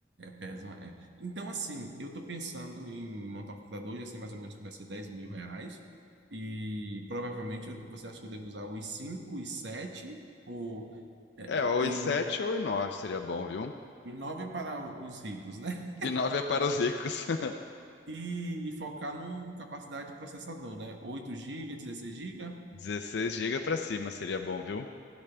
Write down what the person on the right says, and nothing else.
É, exa- é. Então, assim, eu tô pensando em montar um computador, já sei mais ou menos que vai ser 10 mil reais, e provavelmente eu- você acha que eu devo usar o i5, i7 ou, é,
é,
e
i9 para os ricos, né?
E, e focar numa capacidade de processador, né? Oito GB, dezesseis GB.